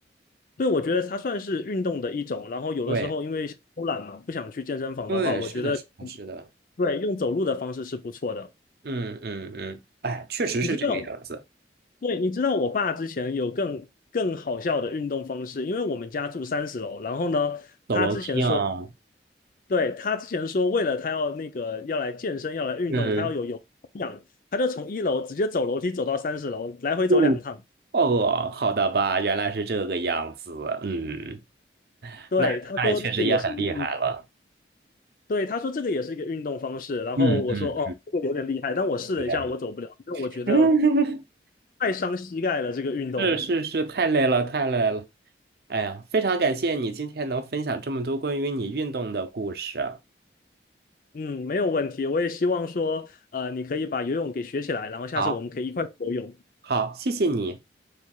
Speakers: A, on the left; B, on the right.
A: 对，我觉得它算是运动的一种。然后有的时候因为偷懒嘛，
B: 对
A: 不想去健身房的话，
B: 对，
A: 我觉得
B: 是的，是的，是的，
A: 对用走路的方式是不错的。
B: 嗯嗯嗯，哎，确实是这个样子，
A: 你知道，对，你知道我爸之前有更更好笑的运动方式，因为我们家住三十楼，然后呢，
B: 走楼梯啊，
A: 他之前说。对，他之前说，为了他要那个要来健身，要来运动，
B: 嗯。
A: 他要有有氧，他就从一楼直接走楼梯走到三十楼，来回走两趟。
B: 不。哦，好的吧，原来是这个样子。嗯，
A: 对，
B: 那那也确实也很厉害了，
A: 他说这个也是一个运，对，他说这个也是一个运动方式。然后我说哦，
B: 嗯嗯，
A: 这个有点厉害，但我试了一下，
B: 有点厉
A: 我走不了，因为我觉得
B: 害。<laughs>
A: 太伤膝盖了这个运动。
B: 是是是，太累了，太累了。哎呀，非常感谢你今天能分享这么多关于你运动的故事。
A: 嗯，没有问题，我也希望说，呃，你可以把游泳给学起来，然后下次我们可以一块去游泳。
B: 好，好，谢谢你。